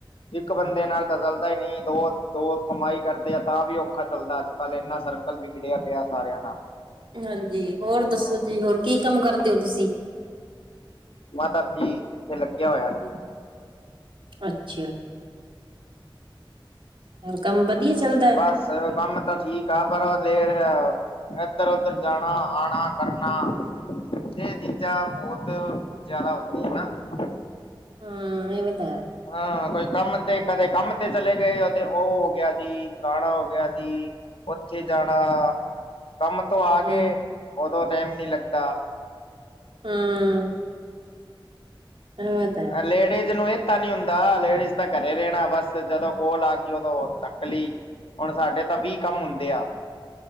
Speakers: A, on the left; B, on the right.
A: ਇੱਕ ਬੰਦੇ ਨਾਲ ਤਾਂ ਚੱਲਦਾ ਹੀ ਨਹੀਂ ਦੋ ਦੋ ਕਮਾਈ ਕਰਦੇ ਆ ਤਾਂ ਵੀ ਔਖਾ ਚੱਲਦਾ ਅੱਜ ਕੱਲ੍ਹ ਐਨਾ ਸਰਕਲ ਵੀ ਖੜਿਆ ਪਿਆ ਸਾਰਿਆਂ ਦਾ।
B: ਹਾਂਜੀ, ਹੋਰ ਦੱਸੋ
A: ਹਾਂ
B: ਜੀ ਹੋਰ ਕੀ ਕੰਮ ਕਰਦੇ ਓ ਤੁਸੀਂ?
A: ਮਾਤਾ ਜੀ ਕਿੱਥੇ ਲੱਗਿਆ ਹੋਇਆ ਸੀ
B: ਅੱਛਾ ਹੋਰ ਕੰਮ ਵਧੀਆ ਚੱਲਦਾ
A: ਬਸ ਕੰਮ ਤਾਂ ਠੀਕ ਆ ਪਰ ਦੇ ਇਏਧਰ ਉਧਰ ਜਾਣਾ ਆਣਾ ਕਰਨਾ ਇਹ ਚੀਜ਼ਾਂ ਬਹੁਤ ਜਿਆਦਾ ਹਦੀਆਂ ਹਨ ਨਾ
B: ਹਮ ਇਹਵੇ ਤ
A: ਹਾਂ ਕੋਈ ਕੰਮ ਤੇ ਕਦੇ ਕੰਮ ਤੇ ਚਲੇ ਗਏ ਉਹਦੇ ਉਹ ਹੋ ਗਿਆ ਸੀ ਪੁਾਣਾ ਹੋ ਗਿਆ ਸੀ ਉੱਥੇ ਜਾਣਾ ਕੰਮ ਤੋਂ ਆ
B: ਹਮ
A: ਗਏ ਉਦੋਂ ਟਾਈਮ ਨੀ ਲੱਗਦਾ
B: ਹਮ ਇਹ ਤਾਂ ਹੈ।
A: ਲੇਡੀਜ਼ ਨੂੰ ਪਤਾ ਨਹੀਂ ਹੁੰਦਾ ਲੇਡੀਜ਼ ਤਾਂ ਘਰੇ ਰਹਿਣਾ ਬਸ ਜਦੋਂ ਕੋਲ ਆ ਗਈ ਉਦੋਂ ਨੱਕਲੀ ਹੁਣ ਸਾਡੇ ਤਾਂ ਵੀਹ ਕੰਮ ਹੁੰਦੇ ਆ